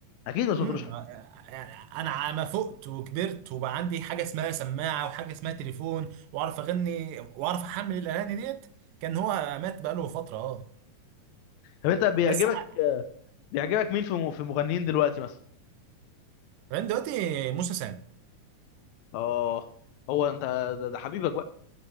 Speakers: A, on the left; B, on the right.
A: اكيد ما سمعتلوش
B: امم
A: حاجه
B: انا ع- ما فقت وكبرت وبقى عندي حاجه اسمها سماعه وحاجه اسمها تليفون واعرف اغني واعرف احمل الاغاني ديت كان هو مات بقاله فتره اه
A: طب انت بيعجبك
B: بس ع-
A: آه، بيعجبك مين في في مغنيين دلوقتي مثلا
B: كمان دلوقتي موسى سام
A: اه هو انت ده, ده حبيبك بقى